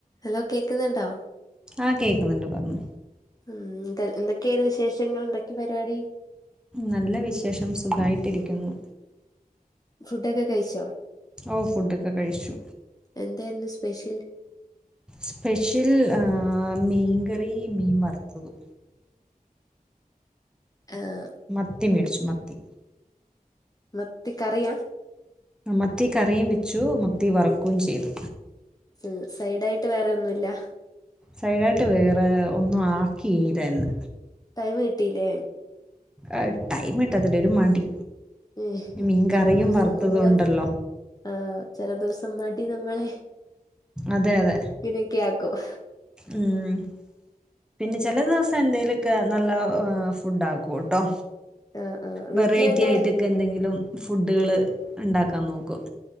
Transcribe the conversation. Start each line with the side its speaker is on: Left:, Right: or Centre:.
Left: Hello കേക്കുന്നുണ്ടോ?
Centre: ആഹ്. കേക്കുന്നുണ്ട്. പറഞൊ.
Left: മ്മ്ഹ്. ന്തെ എന്തൊക്കെണ് വിശേഷങ്ങൾ? എന്തൊക്കെ പരിപാടി?
Centre: നല്ല വിശേഷം സുഖായിട്ടിരിക്കുന്നു.
Left: ഫുഡൊക്കെ കഴിച്ചോ?
Centre: ഓഹ്. ഫുഡൊക്കെ കഴിച്ചു.
Left: എന്തായ്ര്ന്നു സ്പെഷ്യൽ?
Centre: സ്പെഷ്യൽ ആഹ് മീൻകറി, മീൻ വറുത്തതും.
Left: ആഹ്.
Centre: മത്തി മേടിച്ചു. മത്തി.
Left: മത്തി കറിയാ?
Centre: മത്തി കറിയും വെച്ചു മത്തി വറുക്കും ചെയ്ത്.
Left: മ്മ്ഹ്. സൈഡായിട്ട് വേറെയൊന്നുല്ല?
Centre: സൈഡായിട്ട് വേറെ ഒന്നും ആക്കിയില്ലായിന്ന്.
Left: ടൈമ് കിട്ടീലേ?
Centre: ആ ത് ടൈമ് കിട്ടാത്തല്ല ഒരു മടി.
Left: ഉം
Centre: മീൻ കറിയും
Left: ചില ദിവസം
Centre: വറുത്തതു
Left: നമ്മള്
Centre: ണ്ടല്ലോ.
Left: ആഹ്. ചെല ദിവസം മടി നമ്മളെ
Centre: അതെയതെ.
Left: ഇങ്ങനെയൊക്കെ ആക്കും
Centre: മ്ഹ്. പിന്നെ ചെല ദിവസം എന്തെലൊക്കെ നല്ല ഫുഡ് ആക്കൂട്ടോ.
Left: ആഹ് ആഹ്
Centre: വെറൈറ്റി
Left: വീട്ടിലെല്ലാ
Centre: ആയിട്ടൊക്കെന്തെങ്കിലും ഫുഡുകള് ഉണ്ടാക്കാൻ നോക്കും.